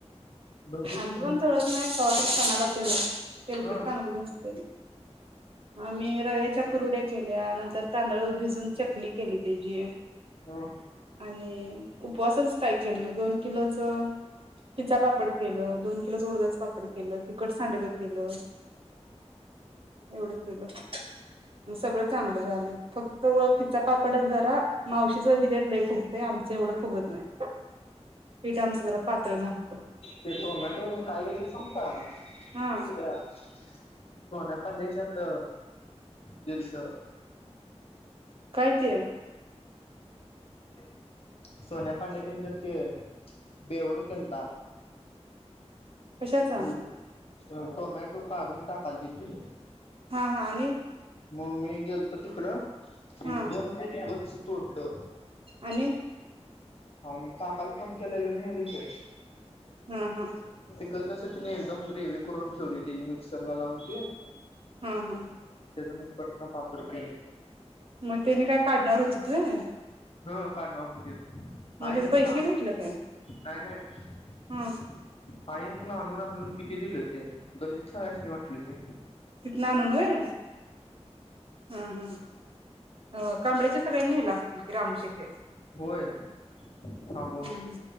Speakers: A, on the left (about 60°); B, on the right (about 55°).
A: भजीच
B: आम्ही
A: नाही
B: पण तळत नाही कवा तर सणाला त्याला. तेलकट
A: ह
B: चांगलं नसतय आम्ही रव्याच्या कुरुड्या केल्या नंतर तांदळ भिजून, चकली केली त्याची
A: ह
B: आणि उपवासच काय केलं नाही दोन किलोच त खिचा पापड केलं दोन किलोचं उडदाचं पा पड केलं, तिकट सांडगं केलं एवढ केलं. सगळ चांगलं झालंय फक्त <unintelligible> पापडच जरा <unintelligible> मावशीच दिलेलं लई फू ते आम चं एवढं फुगत नाही पिठ आमच जरा पातळ झालतं
A: ते टोमॅटो काय केलतं सांगु का
B: हा
A: त्या -- सोन्यापांडेच्यात दिलतं.
B: काय ते?
A: <inaudible> सोन्या पांडे त्यांच्यात ते बेऊड केलता.
B: कशाचा
A: हॅलो. टोमॅटो काढून टाकालतीतं तीनि.
B: हा हा आणि
A: म मी गेलतो तिकडं एक
B: हा
A: दोन पोती गच्च तोटलं.
B: आणि
A: आणि काकाला फोन केल्यावर येउन नेलं की
B: हम हम.
A: <unintelligible> साठी एकदम ग्रेवी करून ठेवली त्याजी मिक्सरला लावून ती
B: हम्म हम्म.
A: त्याचा मुग परत ना पापड केलं.
B: म तेनी काय काढणार होतीत व्हयं?
A: हम काढणार व्हतीत. आईनं
B: त्याचं पैसे
A: पण आ
B: घेतलं काय
A: नाही नाही.
B: हा
A: आईनं पणं आणुन आणुन -- किती दिलं ते गल्लीत सगळ्यासनी वाटलं की.
B: तिथनं आणून व्हय, हम्म हम्म हो कांबळ्याच्या सगळ्यांनी नेलं असलकी. रामशेट्ट्या
A: होय. हांब
B: हम्म हम्म